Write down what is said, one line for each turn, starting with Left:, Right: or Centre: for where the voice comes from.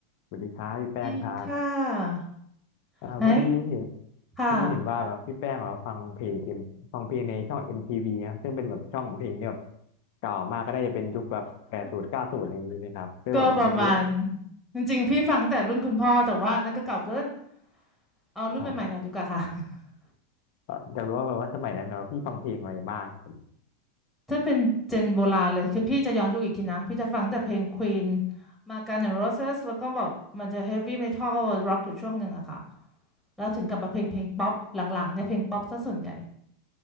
Left: สวัสดีครับพี่แป้งครับ
Centre: ดีค่ะ
Left: อ่าพอดีเห็น
Centre: ไหนค่ะ
Left: พอดีเห็นว่าแบบพี่แป้งแบบฟังเพลงเอ็มฟังเพลงในช่อง MTV ครับซึ่งเป็นแบบช่องเพลงที่แบบเก่ามากก็ได้จะเป็นยุคแบบแปดศูนย์เก้าศูนย์อะไรอย่างนี้นะครับซึ่งแบบอยากรู้ว่า
Centre: ก็ประมาณ จริงๆ พี่ฟังแต่รุ่นคุณพ่อ แต่ว่านั่นก็เก่าเกิน เอารุ่นใหม่ๆหน่อยดีกว่าค่ะ
Left: อ๋อ
Centre: <laughs>
Left: เอ่ออยากรู้ว่าแบบว่าสมัยนั้นแบบว่าพี่ฟังเพลงอะไรบ้างครับ
Centre: ถ้าเป็นเจนโบราณเลยคือพี่จะย้อนยุคอีกทีนะ พี่จะฟังแต่เพลง Queen มากัน s N' Roses แล้วก็แบบมันจะ Heavy Metal Rock อยู่ช่วงหนึ่งอะค่ะแล้วถึงกลับมาเพลงเพลงป๊อปหลังๆเนี่ยเพลงป๊อปซะส่วนใหญ่